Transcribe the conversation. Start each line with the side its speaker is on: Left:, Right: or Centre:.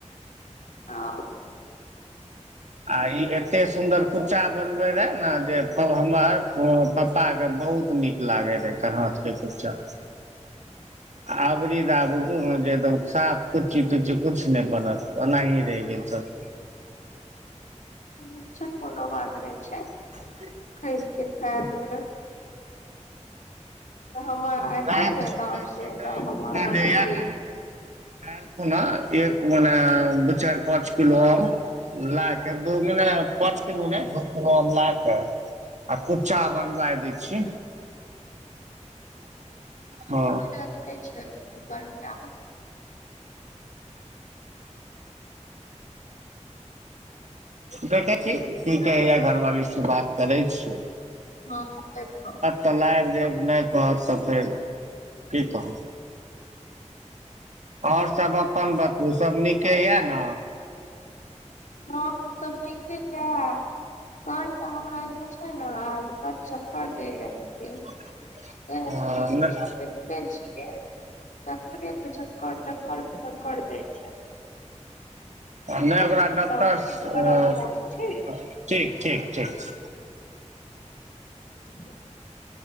Left: हा
Right: आई एते सुन्दर कुच्चा बनबे रहे ने जे हमर पप्पा के बहुत नीक लागै रहै एकर हाथ के कुच्चा
Left: <inaudible>
Right: अबरीद बुझू ने जे एकद साफ कुच्ची तुच्ची किछु नहि बनल ओनाही रहि गेल सभ
Left: अच्छा कोनो बात नय छै
Right: <inaudible>
Left: ठीक छय खलेबय हमर एयते
Right: वए
Left: ने
Right: तऽ सोचै
Left: गाम से
Right: छियै
Left: तब
Right: काल
Left: हम
Right: खना
Left: अहाँके
Right: जेइहैए
Left: देब
Right: ने कैलऽ खुना एक मने दू चायर पाँच किलो और लाख दू मे पाँच किलो ने दऽ को लाख आ कुच्चा बनवाय दै छि। हँ
Left: मे नहि छै कटा।
Right: देखै छी कि कहय हे घरवाली से बात करै छियय
Left: हा हा एकदम
Right: तऽ लायब देब नहि कहत तऽ फेर कि कहब और सभ अपन बतू सभ नीके यै न
Left: हँ सभ ठीक ठीक रहै कठ हमरा जे छै ने आज पर चक्कर दैय रहल एय
Right: <inaudible>
Left: ते
Right: ने
Left: हम सुतल नय छीयय बैठल ए छियय तखनएसँ चक्करे फ चक्कर चक्कर भऽ चक्कर दै छै ठीके
Right: नहि ओकरा
Left: छै तब
Right: डॉक्टर आ
Left: फेर करब फोन ठीक
Right: ठीक ठीक ठीक
Left: <inaudible>